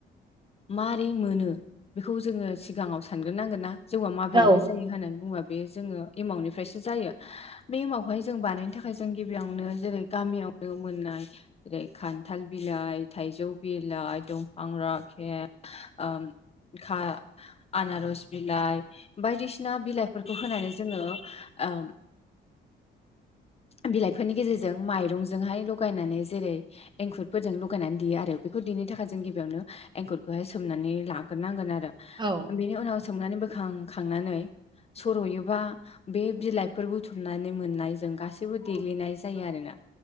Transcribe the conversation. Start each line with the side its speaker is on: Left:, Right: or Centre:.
Left: मारै मोनो? बेखौ जोङो सिगाङाव सानग्रोनांगोनना जौआ माब्रैनिफ्राय
Right: औ
Left: जायो होननानै बुङोबा बे जोङो एमावनिफ्रायसो जायो बे एमावखौहाय जों बानायनो थाखाय जों गिबियावनो जेरै गामियाव नुनो मोननाय जेरै खान्थाल बिलाइ थाइजौ बिलाइ दंफां राखेब आ गोखा आनारस बिलाइ बायदिसिना बिलाइफोरखौ होनानै जोङो आओं
Right: <inaudible>
Left: बिलाइफोरनि गेजेरजों माइरंजोंहाय लगायनानै जेरै एंखुरफोरजों लगायनानै देयो आरो बेखौ। देनो थाखाय जों गिबियावनो एंखुरखौहाय सोमनानै लाग्रोनांगोन आरो
Right: औ
Left: बेनि उनाव। सोमनानै बोखांखांनानै। सर'योबा बे बिलाइफोर बुथुमनानै मोननायजों गासैबो देग्लिनाय जायो आरोना।